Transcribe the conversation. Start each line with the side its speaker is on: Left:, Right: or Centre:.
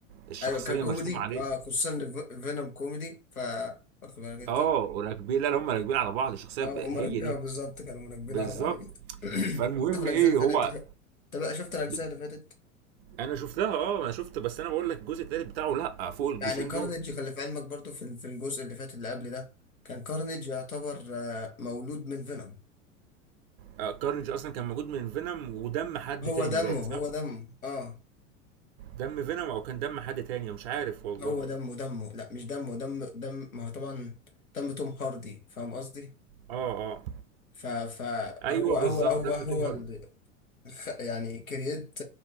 Right: الشخصيه
Left: ايوه ككوميدي
Right: مرسومه عليه
Left: اه خصوصا إن فينوم كوميدي ف واخد بالك انت
Right: اه وراكبين لا لا هم راكبين على بعض الشخصيه
Left: اه
Right: ب-
Left: هم
Right: هي
Left: راكبين
Right: دي
Left: آه، بالظبط كانوا راكبين
Right: بالظبط
Left: على بعض جدا <coughs> <clears throat>
Right: فالمهم
Left: حتى في الاجزاء
Right: ايه
Left: اللي فاتت
Right: هو
Left: انت بقى أنت بقى شفت الاجزاء
Right: ب-
Left: اللي فاتت
Right: انا شفتها اه انا شفت بس انا بقول لك الجزء التالت بتاعه لا فوق الجزئين
Left: يعني كارنيج
Right: دول
Left: كان في علمك برضو في في الجزء اللي فات اللي قبل ده كان كارنيج يعتبر آه، مولود من فينوم
Right: آه، كارنج اصلا كان موجود من فينوم ودم حد
Left: هو
Right: تاني
Left: دمه
Right: باين صح
Left: هو دمه اه
Right: دم فينوم او كان دم حد تاني مش عارف والله
Left: هو دمه دمه لا مش دمه دم دم ما هو طبعا دم توم هاردي فاهم قصدي
Right: اه اه
Left: ف فهو
Right: ايوه
Left: هو
Right: بالظبط
Left: هو
Right: دم
Left: هو هو
Right: توم هاردي
Left: اللي خ- يعني كرييت